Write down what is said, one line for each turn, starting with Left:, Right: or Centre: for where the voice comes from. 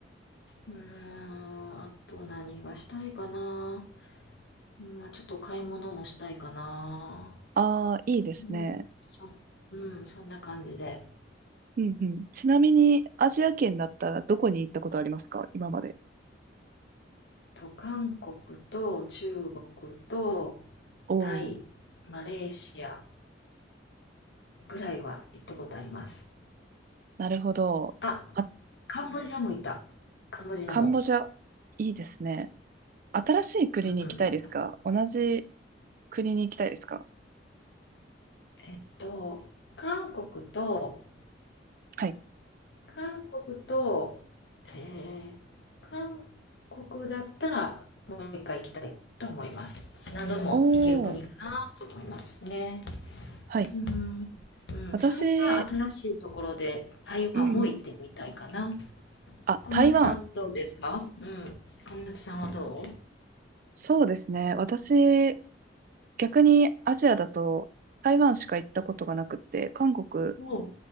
Left: うーん、あと何がしたいかな。うんまあ、ちょっと買い物もしたいかな。
Right: ああ、いいですね。
Left: うん、そ、うん、そんな感じで。
Right: うんうん。ちなみに、アジア圏だったらどこに行ったことありますか今まで。
Left: と、韓国と中国と
Right: おおー。
Left: タイ、マレーシアぐらいは行ったことあります。
Right: なるほど。
Left: あ、
Right: あ、
Left: カンボジアも行った。カンボジアも。
Right: カンボジア、いいですね。新しい国に行きたいですか同じ
Left: うん、よかった。
Right: 国に行きたいですか
Left: えっと、韓国と、
Right: はい。
Left: 韓国と、えー、韓国だったらもう一回行きたいと思います。何度でも行ける国かなと思いますね。
Right: おー、はい。
Left: うん、うん、
Right: 私、
Left: それが新しいところで台湾も行ってみたいかな。
Right: うん。あ、
Left: 小夏さんどうですかうん。
Right: 台湾。
Left: 小夏さんはど
Right: そうですね。私、逆にアジアだと台湾しか行ったことがなくって、韓国
Left: うおう。